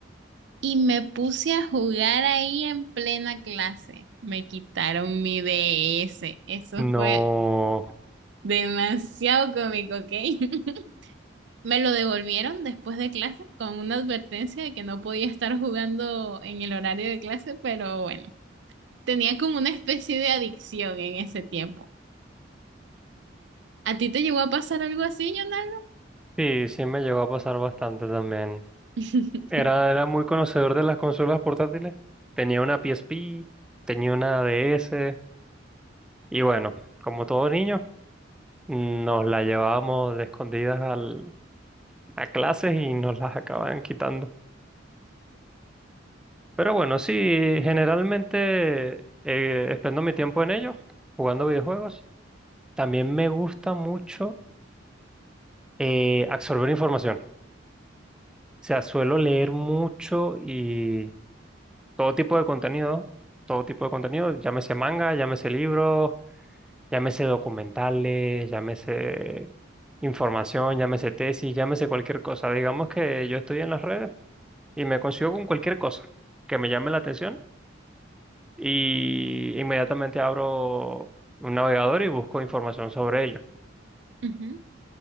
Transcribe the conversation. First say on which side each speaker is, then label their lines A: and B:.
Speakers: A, on the right; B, in the centre.
A: y me puse a jugar ahí en plena clase. Me quitaron mi D S Eso
B: No,
A: fue demasiado cómico, ¿ok? <laughs> Me lo devolvieron después de clase con una advertencia de que no podía estar jugando en el horario de clase, pero bueno, tenía como una especie de adicción en ese tiempo. ¿A ti te llegó a pasar algo así, Jonah?
B: sí, sí me llegó a pasar bastante también.
A: <laughs>
B: Era, era muy conocedor de las consolas portátiles. Tenía una PSP, tenía una DS, y bueno, como todo niño, nos la llevábamos de escondidas al, a clases y nos las acababan quitando. Pero bueno, sí, generalmente eh, expendo mi tiempo en ello, jugando videojuegos. También me gusta mucho eh, absorber información. O sea, suelo leer mucho y todo tipo de contenido, todo tipo de contenido, llámese manga, llámese libros, llámese documentales, llámese información, llámese tesis, llámese cualquier cosa. Digamos que yo estoy en las redes y me consigo con cualquier cosa que me llame la atención y inmediatamente abro un navegador y busco información sobre ello.
A: Ujú,